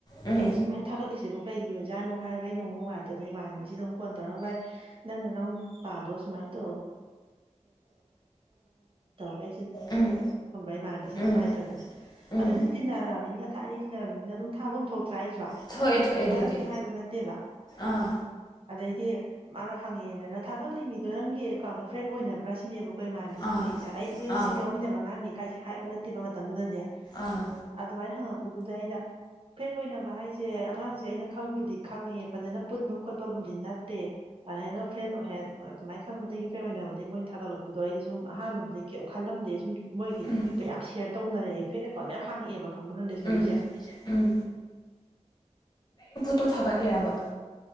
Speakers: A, on the left (about 35°); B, on the right (about 50°).
A: ꯎꯝ
B: ꯑꯦ ꯁꯨꯃꯥꯏꯅ ꯊꯥꯒꯠꯂꯤꯁꯦꯕ ꯀꯩꯒꯤ ꯑꯣꯏꯖꯥꯠꯅꯣ ꯍꯥꯏꯔꯒꯩꯅ ꯑꯃꯨꯛ ꯅꯨꯡꯉꯥꯏꯇꯗꯅ ꯏꯃꯥꯟꯅꯕꯤꯁꯤꯗ ꯑꯃꯨꯛ ꯐꯣꯟ ꯇꯧꯔꯒ ꯚ ꯅꯪ ꯅꯪꯅ ꯄꯥꯗꯣ ꯁꯨꯃꯥꯏꯅ ꯇ ꯈ
A: ꯎꯝ
B: ꯏꯃꯥꯟꯅꯕꯤꯁꯤ
A: ꯎꯝ
B: ꯅꯨꯡꯉꯥꯏꯇ꯭ꯔꯗꯅ
A: ꯎꯝ
B: ꯑꯗꯨꯗꯤ ꯇꯤꯟꯅꯔꯛꯕꯅꯤꯅ ꯊꯥꯏꯅ ꯇꯤꯟꯅꯔꯕꯅꯤꯅ ꯑꯗꯨꯝ ꯊꯥꯐꯝ ꯑꯃ ꯊꯣꯛꯇ꯭ꯔꯥ ꯑꯩꯁꯨꯣ
A: ꯊꯣꯛꯑ ꯊꯣꯛꯑꯦ
B: ꯃꯔꯝꯗꯤ
A: ꯑꯗꯨꯗꯤ
B: ꯍꯥꯏꯕ ꯅꯠꯇꯦꯕ
A: ꯑꯥ
B: ꯑꯗꯩꯗꯤ ꯃꯥꯅ ꯍꯪꯉꯛꯦꯗꯅ ꯊꯥꯒꯠꯂꯤꯃꯤꯗꯣ ꯅꯪꯒꯤ ꯑꯦꯀꯥꯎꯟꯗꯣ ꯐ꯭ꯔꯦꯟ ꯑꯣꯏꯅꯕ꯭ꯔꯥ ꯁꯤꯅꯦꯕꯀꯣ ꯍꯈꯣꯏ ꯃꯥꯟꯅꯕꯤꯁꯦ
A: ꯑꯥ
B: ꯍꯪꯉꯛꯏꯁꯦ ꯑꯩꯁꯨ ꯑꯦꯟ ꯁꯤꯦ
A: ꯑꯥ
B: ꯌꯥꯎꯃꯤꯟꯅꯕ ꯉꯥꯡꯅꯤ ꯀꯥꯏꯁꯦ ꯍꯥꯏꯕ ꯅꯠꯇꯦꯕ ꯃꯇꯝꯗꯨꯗꯗꯤ
A: ꯑꯥ
B: ꯑꯗꯨꯃꯥꯏꯅ ꯍꯪꯉꯛꯄꯗꯨꯗ ꯑꯩꯅ ꯐꯦꯜ ꯑꯣꯏꯅꯕ ꯍꯥꯏꯁꯦ ꯑꯉꯥꯡꯁ ꯦ ꯑꯩꯅ ꯈꯪꯕꯨꯗꯤ ꯈꯪꯉꯦ ꯐꯖꯅ ꯄꯨꯟꯕ ꯈꯣꯠꯄꯕꯨꯗꯤ ꯅꯠꯇꯦ ꯑꯗꯨꯃꯥꯏꯅ ꯐ꯭ꯔꯦꯟ ꯍ ꯑꯗꯨꯃꯥꯏꯅ ꯈꯪꯕꯗꯒꯤ ꯐꯦ ꯑꯣꯏꯅꯕꯗꯤ ꯃꯣꯏꯅ ꯊꯥꯒꯠꯂꯛꯄꯗꯣ ꯑꯩꯁ ꯁꯨꯝ ꯑꯍꯥꯟꯕꯗꯗꯤ ꯀꯩꯝ ꯈꯜꯂꯝꯗꯦ ꯁꯨꯝ ꯃꯣꯏꯒꯤꯁꯦꯌꯥꯝ
A: ꯎꯝ
B: ꯁꯦꯌꯔ ꯇꯧꯅꯔꯛꯑꯦ ꯐꯦꯛ ꯑꯦꯀꯥꯎꯟ ꯃꯌꯥꯝ ꯍꯥꯡꯉꯛꯑꯦꯕ ꯀꯝꯕꯅꯗꯦ ꯁꯔꯤ
A: ꯎꯝ
B: ꯆꯩ
A: ꯎꯝ ꯇꯣ ꯊꯥꯒꯠꯂꯤꯔꯕ